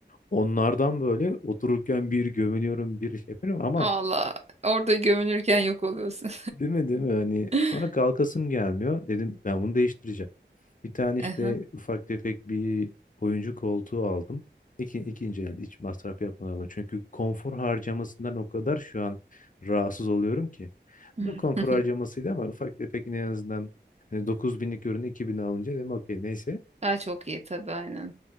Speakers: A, on the left (about 45°); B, on the right (about 35°).
A: Onlardan böyle otururken bir gömülüyorum bir şey yapıyorum ama
B: Valla orada gömülürken yok oluyorsun.
A: Değil mi değil mi? Hani
B: <laughs>
A: sonra kalkasım gelmiyor. Dedim ben bunu değiştireceğim. Bir tane işte
B: Aha.
A: ufak tefek bir oyuncu koltuğu aldım. İki, ikinci elde hiç masraf yapmadan aldım. Çünkü konfor harcamasından o kadar şu an rahatsız oluyorum ki.
B: <laughs>
A: Bu da konfor harcamasıydı ama ufak tefek yine en azından hani 9000'lik ürünü 2000'e alınca dedim okey neyse.
B: Ha, çok iyi tabii aynen.